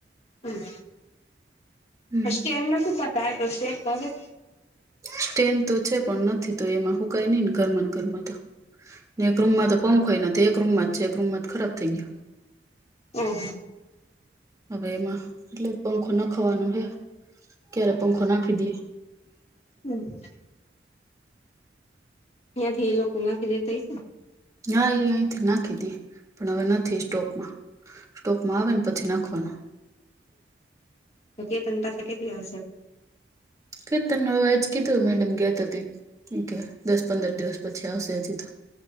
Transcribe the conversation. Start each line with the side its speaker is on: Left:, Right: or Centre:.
Left: હમ્મ.
Right: હમ
Left: પછી એમ નથી થતા <unintelligible>
Right: સ્ટેન તો છે, પણ નથી તો એમાં હુકાઈ નહી ને ઘરમને ઘરમાં તો. ને એક રૂમમાં તો પંખ હોયને એક રૂમમાં જ છે એક રૂમ જ ખરાબ થઈ ગયા.
Left: ઓ હી.
Right: હવે એમાં એટલે પંખો નાખવાનો હે ક્યારે પંખો નાખી દેે.
Left: હમ્મ. ત્યાં થી એ લોકો નાખી દેતા છે.
Right: ના એ અહીંથી નાખી દે પણ હવે નથી સ્ટોકમાં. સ્ટોકમાં આવે ને પછી નાખવાના.
Left: તોકી તને ત શ કેતી વા છે.
Right: ક ત નવાજ કીધું મેડમ ગયાતા કે દસ પંદર દિવસ પછી આવશે હજી તો.